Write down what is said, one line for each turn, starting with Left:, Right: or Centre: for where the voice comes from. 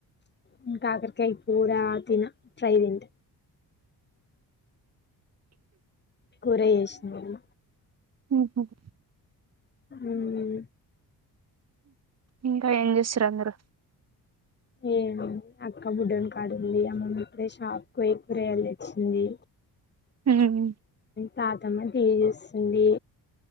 Left: నేను కాకరకాయ కుర తిన ఫ్రై తింట కూర చేసిన మధి
Right: హు హమ్
Left: ఉం
Right: ఇంకా ఏం చేస్తురు అందరు
Left: ఏం అక్క బుడ్డోని కాడుంది అమ్మమ్మ ఇప్పుడే షాప్ కు పోయి కూరగాయలు తెచ్చింది
Right: హఉమ్
Left: తా తమ్మ టీవీ చూస్తోంది